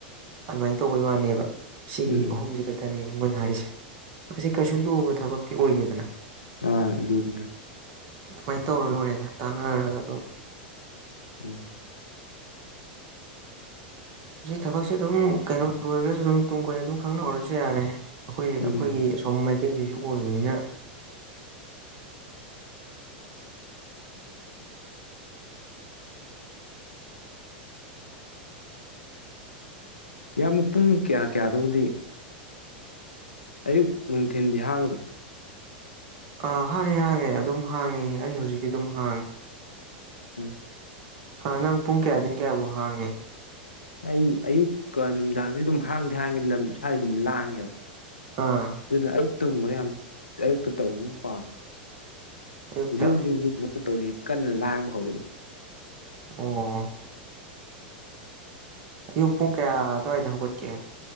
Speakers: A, on the right; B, on the left.
A: ꯑꯗꯨꯃꯥꯏꯅ ꯇꯧꯕꯩ ꯋꯥꯅꯦꯕ ꯁꯤꯒꯤ
B: ꯎꯝ
A: ꯑꯍꯨꯝꯁꯤ ꯈꯛꯇꯅꯦꯕ ꯃꯣꯢ ꯍꯥꯏꯁꯦ ꯃꯁꯤ ꯀꯩꯁꯨ ꯂꯨꯕ ꯊꯕꯛꯇꯤ ꯑꯣꯏꯗꯦꯗꯅ
B: ꯑꯥ ꯑꯂꯨꯗꯤ
A: ꯑꯗꯨꯃꯥꯏꯅ ꯇꯧꯔ ꯂꯣꯏꯔꯦꯗ ꯇꯥꯟꯅꯔꯒ ꯑꯗꯨꯝ
B: ꯎꯝ
A: ꯁꯤ ꯊꯕꯛꯁꯤ ꯑꯗꯨꯝ ꯀꯩꯅꯣ ꯂꯣꯏꯔꯒꯁꯨ ꯑꯗꯨꯝ ꯇꯨꯡ ꯀꯣꯏꯅ ꯑꯗꯨꯝ ꯈꯪꯅꯍꯧꯔꯁꯨ ꯌꯥꯔꯦ ꯑꯩꯈꯣꯏ ꯑꯩꯈꯣꯏꯒꯤ
B: ꯎꯝ
A: ꯑꯁꯣꯝ ꯃꯥꯏꯀꯩꯗꯁꯨ ꯑꯣꯏꯕꯅꯤꯅ
B: ꯌꯥꯝ ꯄꯨꯡ ꯀꯌꯥ ꯀꯌꯥꯗꯪꯗꯤ ꯑꯌꯨꯛ ꯅꯨꯡꯊꯤꯟꯗꯤ ꯍꯥꯡꯒꯗ꯭ꯔꯥ
A: ꯑꯥ ꯍꯥꯡꯉꯦ ꯍꯥꯡꯉꯦ ꯑꯗꯨꯝ ꯍꯥꯡꯉꯦ ꯑꯩ ꯍꯧꯖꯤꯛꯇꯤ ꯑꯗꯨꯝ ꯍꯥꯡꯉꯦ
B: ꯎꯝ
A: ꯅꯪ ꯄꯨꯡ ꯀꯌꯥꯗꯒꯤ ꯀꯌꯥꯐꯧ ꯍꯥꯡꯉꯤ
B: ꯑꯩ ꯑꯌꯨꯛꯀ ꯅꯨꯃꯤꯗꯥꯡꯁꯨ ꯑꯗꯨꯝ ꯍꯥꯡꯗꯤ ꯍꯥꯡꯉꯦ ꯂꯝ ꯁ꯭ꯋꯥꯏ ꯑꯗꯨꯝ ꯂꯥꯡꯉꯦꯕ
A: ꯑꯥ
B: ꯑꯗꯨꯅ ꯑꯌꯨꯛꯇꯒꯨꯝꯕ ꯌꯥꯝ ꯑꯌꯨꯛꯇ ꯇꯧꯕꯕꯨ ꯄꯥꯝ
A: ꯑꯌꯨꯛꯇ
B: ꯍꯧꯖꯤꯛ ꯍꯧꯖꯤꯛꯁꯨ ꯀꯩꯅꯣ ꯇꯧꯔꯤ ꯀꯟꯅ ꯂꯥꯡꯕ ꯍꯧꯔꯛꯑꯦ
A: ꯑꯣ ꯑꯌꯨꯛ ꯄꯨꯡ ꯀꯌꯥ ꯑꯗꯨꯋꯥꯏꯗ ꯍꯧꯒꯠꯀꯦ